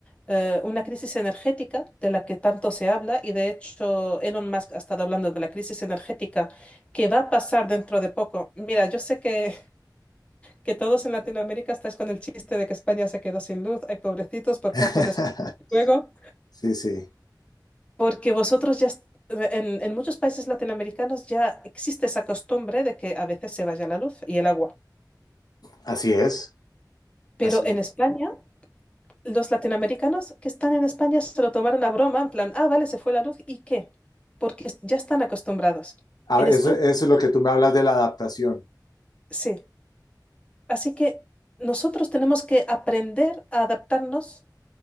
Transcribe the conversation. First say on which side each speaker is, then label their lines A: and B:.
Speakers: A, on the left; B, on the left.
A: eh, una crisis energética de la que tanto se habla, y de hecho Elon Musk ha estado hablando de la crisis energética que va a pasar dentro de poco. Mira, yo sé que que todos en Latinoamérica estáis con el chiste de que España se quedó sin luz. Ay, pobrecitos, por
B: <laughs>
A: poco descubren el fuego.
B: Sí, sí,
A: Porque vosotros ya, est- en, en muchos países latinoamericanos ya existe esa costumbre de que a veces se vaya la luz y el agua.
B: así es,
A: Pero
B: así
A: en
B: es.
A: España, los latinoamericanos que están en España se lo tomaron a broma, en plan, ah, vale, se fue la luz, ¿y qué? Porque es- ya están acostumbrados.
B: Ah,
A: En
B: eso,
A: España,
B: eso es lo que tú me hablas de la adaptación.
A: sí. Así que nosotros tenemos que aprender a adaptarnos